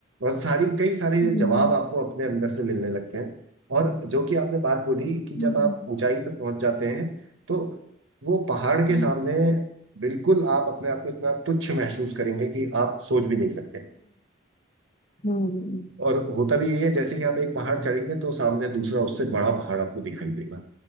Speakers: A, on the right; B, on the left.
A: और सारी कई सारे
B: हम्म,
A: जवाब आपको अपने अंदर से मिलने लगते हैं और जो कि आपने बात बोली कि जब
B: हम्म,
A: आप
B: हम्म,
A: ऊंचाई पर पहुंच जाते हैं तो वो पहाड़ के
B: हम्म
A: सामने बिल्कुल आप अपने आप को इतना तुच्छ महसूस करेंगे कि आप सोच भी नहीं सकते
B: हम्म
A: और होता भी यही है जैसे ही आप एक पहाड़ चढ़ेंगे तो सामने दूसरा उससे बड़ा पहाड़ आपको दिखाई देगा